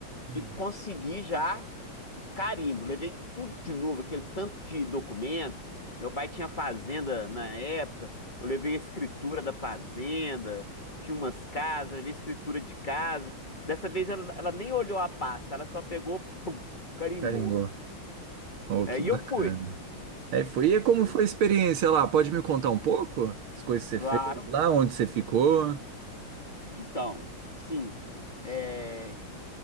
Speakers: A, on the right (about 90°); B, on the left (about 25°).
A: hum.
B: e consegui já o carimbo. Levei tudo de novo, aquele tanto de documento. Meu pai tinha fazenda na época. Eu levei a escritura da fazenda tinha umas casas, ela veio escritura de casa. Dessa vez ela, ela nem olhou a pasta, ela só pegou, pum, carimbou.
A: Carimbó. Oh,
B: É,
A: que
B: e
A: bacana.
B: eu fui.
A: É, foi. E como
B: né?
A: foi a experiência lá? Pode me contar um pouco? As coisas que
B: Claro.
A: você fez lá, onde você ficou?
B: Então, assim, é,